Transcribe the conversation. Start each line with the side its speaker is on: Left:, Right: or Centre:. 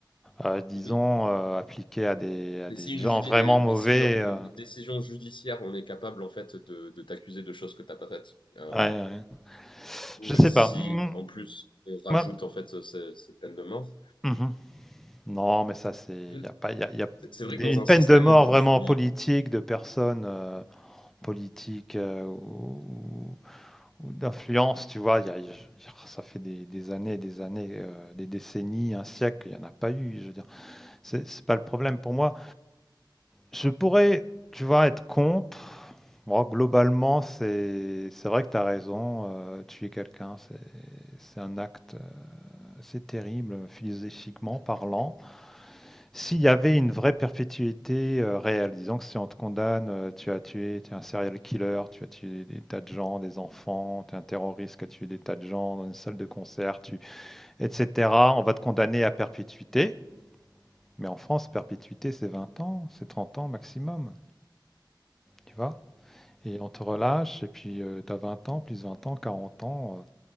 Centre: Euh, disons,
Left: Mhm.
Centre: euh, appliquée à des, à
Left: Mais
Centre: des
Left: si, une
Centre: gens
Left: judi-
Centre: vraiment
Left: et-
Centre: mauvais.
Left: mais si lors d'une
Centre: euh,
Left: décision judiciaire, on est capable en fait de, de t'accuser de choses que t'as pas faites, euh,
Centre: ouais, ouais.
Left: ou
Centre: Je sais
Left: si
Centre: pas. Mhm,
Left: en plus on rajoute
Centre: moi-
Left: en fait ces, ces peines de mort,
Centre: mhm. Non, mais ça, c'est.
Left: en fait,
Centre: Il y a pas. Il y a, y a
Left: c'est c'est vrai
Centre: des-
Left: que dans
Centre: une
Left: un
Centre: peine
Left: système
Centre: de mort
Left: où je
Centre: vraiment
Left: suis,
Centre: politique, de personnes euh, politiques euh, ou, ou d'influence, tu vois. il y a- il y a- ça fait des, des années, des années, euh, des décennies, un siècle, il n'y en a pas eu. Je veux dire, c'est c'est pas le problème pour moi. Je pourrais, tu vois, être contre. Moi, globalement, c'est c'est vrai que tu as raison. euh, tuer quelqu'un, c'est c'est un acte, euh, c'est terrible, philosophiquement parlant. S'il y avait une vraie perpétuité, heu, réelle, disons que si on te condamne, heu, tu as tué tu es un serial killer, tu as tué des tas de gens, des enfants, tu es un terroriste qui a tué des tas de gens dans une salle de concert, tu et cetera. On va te condamner à perpétuité, mais en France, perpétuité, c'est 20 ans, c'est 30 ans maximum, tu vois? Et on te relâche et puis, heu, tu as 20 ans, plus 20 ans, 40 ans, heu,